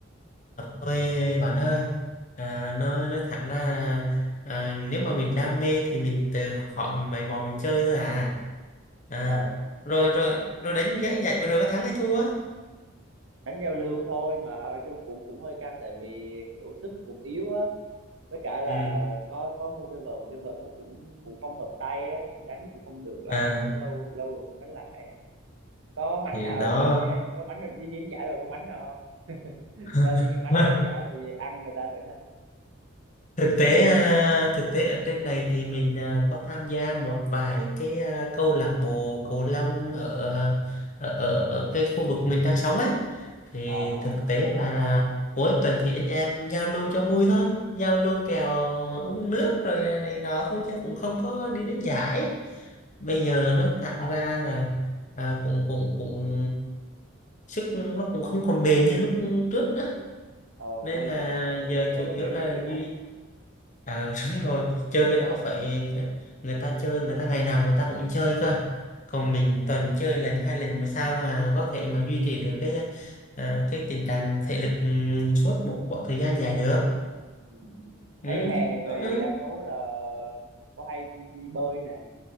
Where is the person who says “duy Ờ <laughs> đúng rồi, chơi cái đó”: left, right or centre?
Left